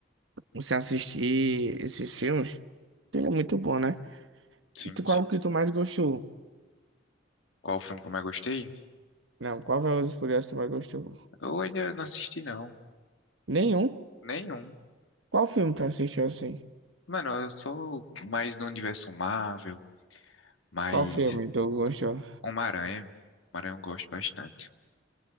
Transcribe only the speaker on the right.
Você assistir esses filmes, ele é muito bom, né?
E tu- Qual
que tu mais gostou?
Não, qual Velozes e Furiosos tu mais gostou?
Nenhum?
Qual filme tu assistiu assim?
Qual filme tu gostou?